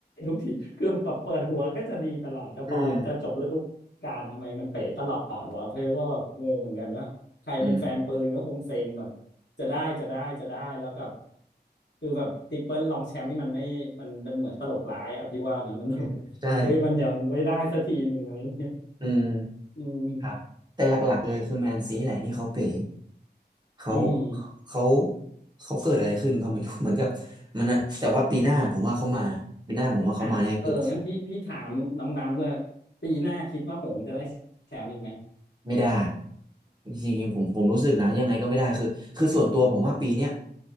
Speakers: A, on the left; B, on the right.
A: ทุกทีคือแบบเปิดหัวก็จะดีตลอดแต่พอจะจบฤดูกาลทำไมมันเป๋ตลอดวะเพื่อก็แบบงงเหมือนกันว่าใครเป็นแฟนปืนก็คงเซ็งแบบ
B: อืมอืม
A: จะได้จะได้จะได้แล้วแบบคือแบบทริปเปิลรองแชมป์นี่มันไม่มันเป็นเหมือนตลกร้ายอะพี่ว่านะมัน
B: ใช่
A: เฮ้ยมันยังไว้ได้สักทีหนึ่งอะไรเงี้ย
B: อืม
A: อืม
B: ครับแต่หลักๆเลยคือแมนซีแหละที่เขาเป๋เขา
A: อืม
B: เขาเขาเกิดอะไรขึ้นก็ไม่รู้ <laughs> เหมือนกับมันนะแต่ว่าปีหน้าผมว่าเขามาปีหน้าผมว่าเขามาแน่คือ
A: อ่ะเอองั้นพี่พี่ถามน้องดำด้วยปีหน้าคิดว่าหงส์จะได้แชมป์อีกไหม
B: ไม่ได้จริงๆผมผมรู้สึกนะยังไงก็ไม่ได้คือคือส่วนตัวผมว่าปีเนี้ย